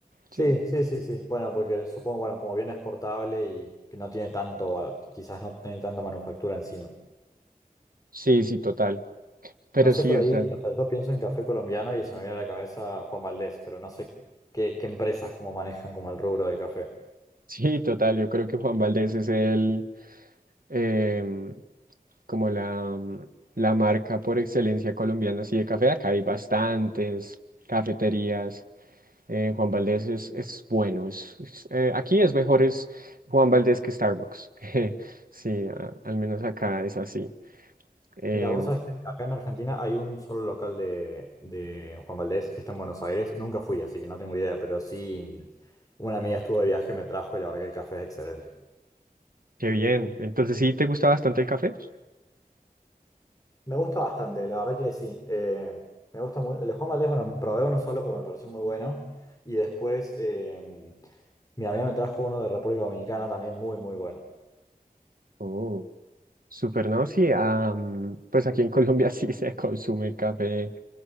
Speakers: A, on the left (about 25°); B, on the right (about 70°).
A: Sí,
B: Sí.
A: sí, sí, sí. Bueno, porque supongo, bueno, como bien exportable y que no tiene tanto, ah, quizás no tiene tanta manufactura encima.
B: Sí, sí, total. Pero
A: No sé
B: sí,
A: por
B: o
A: ahí,
B: sea,
A: o sea, yo pienso en café colombiano y se me viene a la cabeza Juan Valdés, pero no sé qué, qué empresas como manejan como el rubro del café.
B: <laughs> sí, total. Yo creo que Juan Valdez es el, em, como la, la marca por excelencia colombiana, así de café. Acá hay bastantes cafeterías. Eh, Juan Valdez es, es bueno. Es, es, eh, aquí es mejor es Juan Valdez que Starbucks. <laughs> Sí, a- al menos acá es así. Em,
A: Mira, vos sabés que acá en Argentina hay un solo local de, de Juan Valdés que está en Buenos Aires. Nunca fui, así que no tengo idea, pero sí, mm, una amiga estuvo de viaje, me trajo y la verdad que el café es excelente.
B: qué bien. Entonces, ¿sí te gusta bastante el café?
A: Me gusta bastante, la verdad que sí. Eh, me gusta muy, el de Juan Valdez, bueno, probé uno solo, pero me pareció muy bueno. Y después eh, mi amiga me trajo uno de República Dominicana también muy, muy bueno.
B: Oh. Súper, ¿no? Sí, am, pues aquí en Colombia <laughs> sí se consume café,